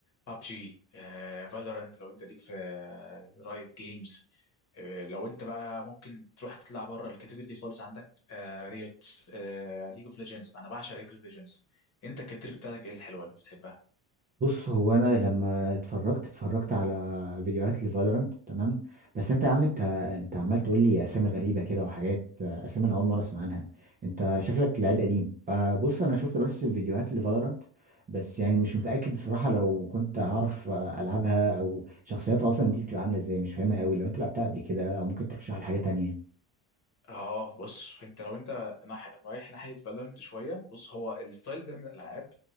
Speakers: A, on the left; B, on the right.
A: بابجي فالورانت لو انت ليك في رايت جيمز آه، لو انت بقى ممكن تروح تطلع بره الكاتيجوري دي خالص عندك آه ريوت آه ليج اوف ليجندز انا بعشق ليج اوف ليجندز انت الكاتيجوري بتاعتك ايه الحلوه اللي انت بتحبها
B: بص هو انا لما اتفرجت اتفرجت على فيديوهات لفالورانت تمام بس انت يا عم انت انت عمال تقول لي اسامي غريبه كده وحاجات اسامي انا اول مره اسمع عنها انت شكلك لعيب قديم فبص انا شفت بس فيديوهات لفالورانت بس يعني مش متاكد الصراحه لو كنت هعرف آه، العبها او شخصيتها اصلا دي بتبقى عامله ازاي مش فاهمها قوي لو انت لعبتها قبل كده او ممكن ترشح لي حاجه تانية
A: اه بص انت لو انت ناح... رايح ناحيه فالورنت شويه بص هو الستايل ده من الالعاب